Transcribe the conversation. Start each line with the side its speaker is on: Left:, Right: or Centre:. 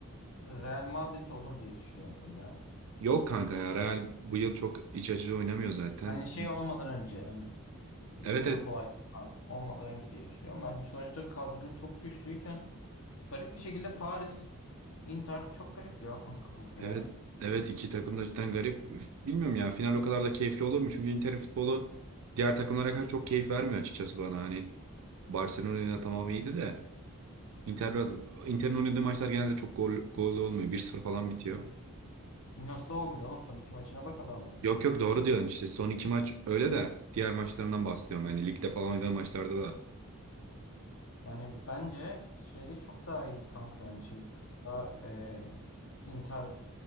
Left: Real Madrid olur diye düşünüyordum ya.
Right: Yok kanka ya Real bu yıl çok iç açıcı oynamıyor zaten.
Left: Hani şey olmadan önce hani e,
Right: Evet
Left: grup
Right: evet
Left: olayları falan olmadan önce diye düşünüyorum. Ben sonuçta kadro çok güçlüyken garip bir şekilde Paris Inter çok garip ya kanka bu final.
Right: evet evet iki takım da cidden garip. Bilmiyorum ya final o kadar da keyifli olur mu? Çünkü Inter'in futbolu diğer takımlara kadar çok keyif vermiyor açıkçası bana. Hani Barcelona ile tamam iyiydi de. Inter biraz Inter'in oynadığı maçlar genelde çok gol, gollü olmuyor. bir sıfır falan bitiyor.
Left: Nasıl olmuyor oğlum son iki maçına bak adamların.
Right: Yok yok doğru diyorsun işte. Son iki maç öyle de diğer maçlarından bahsediyorum. Yani ligde falan oynadığı maçlarda da
Left: Yani bence şeyde çok daha iyi kanka yani şeyde çok daha e, Inter